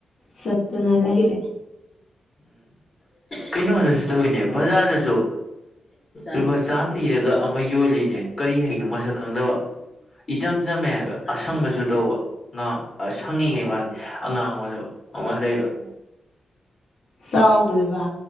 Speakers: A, on the left; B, on the left.
A: ꯆꯠꯇꯅ ꯂꯩꯔꯦ
B: ꯎꯝ ꯀꯩꯅꯣꯗꯁꯨ ꯇꯧꯋꯤꯅꯦ ꯕꯖꯥꯔꯗꯁꯨ ꯂꯨꯄꯥ ꯆꯥꯝꯃ ꯄꯤꯔꯒ ꯑꯃ ꯌꯣꯜꯂꯤꯅꯦ ꯀꯔꯤ ꯍꯥꯏꯩꯅꯣ ꯃꯁꯛ ꯈꯪꯗꯕ ꯏꯆꯝ ꯆꯝꯃꯦ ꯍꯥꯏꯕ ꯑꯁꯪꯕꯁꯨ ꯇꯧꯕ ꯉꯥ ꯁꯪꯉꯤꯈꯩ ꯃꯥꯜꯂꯤ ꯑꯉꯥꯡꯕꯁꯨ ꯑꯃ ꯂꯩꯕ
A: ꯆꯥꯎꯗꯣꯏꯕ